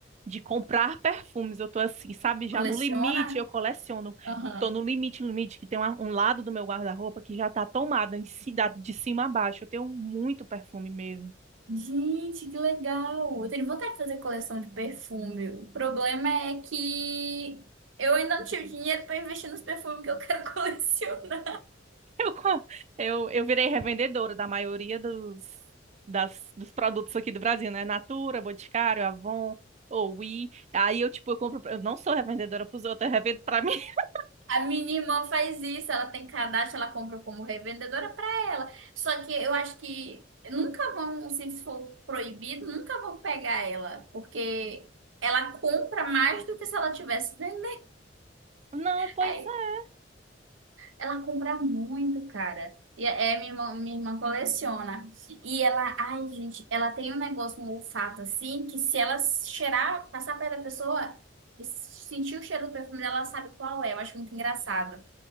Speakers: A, on the right; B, on the right.
A: de comprar perfumes. Eu tô assim, sabe, já
B: Coleciona?
A: no limite, eu coleciono.
B: Aham.
A: Eu tô no limite, limite, que tem uma- um lado do meu guarda-roupa que já tá tomado em ci- da- de cima a baixo. Eu tenho muito perfume mesmo.
B: Gente, que legal! Eu tenho vontade de fazer coleção de perfume. O problema é que eu ainda não tive dinheiro para investir nos perfumes que eu quero <laughs> colecionar.
A: Eu, co- eu, eu virei revendedora da maioria dos, das, dos produtos aqui do Brasil, né? Natura, Boticário, Avon, Oui. Aí eu, tipo, eu compro. Eu não sou revendedora pros outros, eu revendo pra mim. <laughs>
B: A minha irmã faz isso, ela tem cadastro, ela compra como revendedora para ela. Só que eu acho que nunca vão, se for proibido, nunca vão pegar ela, porque ela compra mais do que se ela tivesse vendendo.
A: Não, pois
B: Aí,
A: é.
B: Ela compra muito, cara. E é, é, minha irmã, minha irmã coleciona. E ela, ai, gente, ela tem um negócio, um olfato assim, que se ela cheirar, passar perto da pessoa, sentir o cheiro do perfume dela, ela sabe qual é. Eu acho muito engraçado.